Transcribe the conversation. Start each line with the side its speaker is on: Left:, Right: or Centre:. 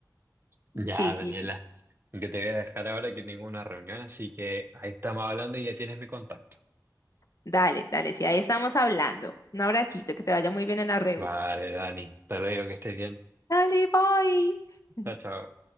Right: Ya,
Left: Sí,
Right: Daniela,
Left: sí, sí.
Right: yo te voy a dejar ahora que tengo una reunión, así que ahí estamos hablando y ya tienes mi contacto.
Left: Dale, dale, si ahí estamos hablando. Un abracito, que te vaya muy bien en la reu,
Right: Vale, Dani, te digo que estés bien.
Left: Dale, bye.
Right: Chao, chao.